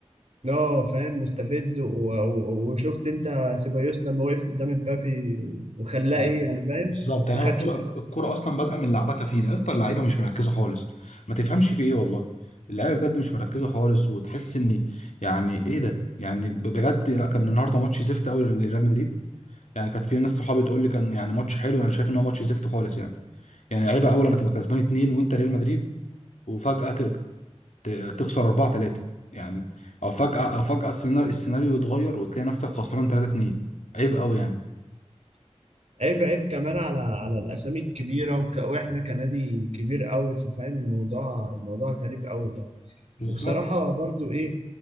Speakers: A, on the right; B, on the left.
A: اه فاهم مستفز و- و- وشفت انت سيبايوس لما وقف قدام امبابي وخلاه
B: آه،
A: ايه يعني فاهم
B: بالظبط يعني
A: ما خدش
B: هو الكوره الكوره اصلا بادئه من لعبكه فينا يا اسطى اللعيبه مش مركزه خالص ما تفهمش في ايه والله اللعيبه بجد مش مركزه خالص وتحس ان يعني ايه ده يعني ب- بجد لا كان النهارده ماتش زفت قوي لريال مدريد يعني كانت في ناس صحابي تقول لي كان يعني ماتش حلو انا شايف ان هو ماتش زفت خالص يعني يعني عيبه اول لما تبقى كسبان اتنين وانت ريال مدريد وفجأة ت- ت- تخسر 4 3 يعني او فجأة او فجأة السيناريو السيناريو يتغير وتلاقي نفسك خسران 3 2 عيب قوي يعني
A: عيب عيب كمان على على الاسامي الكبيره وك... واحنا كنادي كبير قوي ففاهم الموضوع الموضوع غريب قوي يعني
B: بالظبط
A: وبصراحه برضو ايه